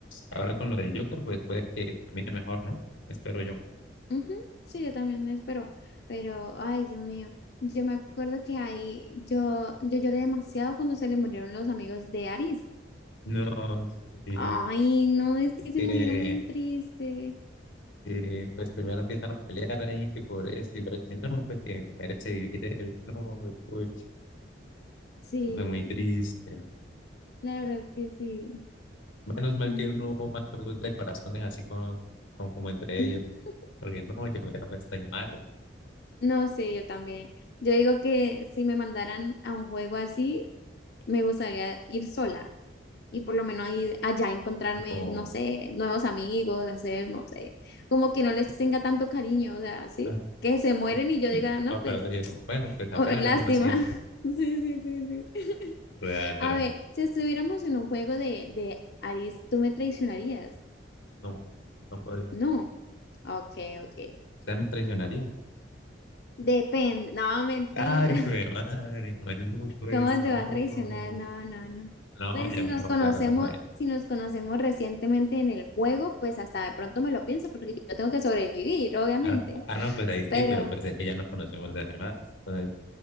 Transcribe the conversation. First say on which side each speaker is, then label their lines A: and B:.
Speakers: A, on the left (about 80°); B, on the left (about 55°).
A: ahora con lo del Joker, pues puede que termine mejor, ¿no? Espero yo.
B: Ujú, Sí, yo también espero, pero ay, Dios mío, yo me acuerdo que ahí yo, yo lloré demasiado cuando se le murieron los amigos de Aris.
A: No, sí,
B: Ay, no, es que se
A: que
B: murieron bien triste.
A: eh, pues primero empiezan a pelear ahí, que por eso, y luego dicen, no, pues que merece vivir él, no, puch,
B: Sí,
A: eso fue muy triste.
B: la verdad es que sí.
A: Menos mal
B: No.
A: que no hubo más juegos de corazones así como, como, como entre
B: <laughs>
A: ellos, porque no, yo hubiera pensado ahí malo,
B: No, sé yo también. Yo digo que si me mandaran a un juego así, me gustaría ir sola. y por lo menos ahí, allá encontrarme,
A: tipo,
B: no sé, nuevos amigos, hacer, no sé, como que no les tenga tanto cariño, o sea, sí,
A: ah, <laughs>
B: que se mueren
A: sí,
B: y yo diga, no,
A: ah,
B: pues,
A: pero te digo, bueno, pues
B: oh,
A: apenas
B: lástima.
A: lo conocía.
B: <laughs> Sí, sí, sí, sí.
A: Real,
B: A
A: real.
B: ver, si estuviéramos en un juego de, de Aris, ¿tú me traicionarías?
A: No, no podría.
B: No. Ok, ok.
A: Usted me traicionaría.
B: Depende. No, mentira.
A: Ay, hijo de madre, no es mucho eso,
B: ¿Cómo te
A: no.
B: va a traicionar? No, no, no.
A: No,
B: Pues
A: ya
B: si
A: me
B: nos
A: dejó
B: conocemos,
A: claro cómo es.
B: si nos conocemos recientemente en el juego, pues hasta de pronto me lo pienso, porque yo tengo que sobrevivir, obviamente.
A: Ah, ah, no, pues ahí sí,
B: Pero,
A: pero pues es que ya nos conocemos de hace más. Entonces,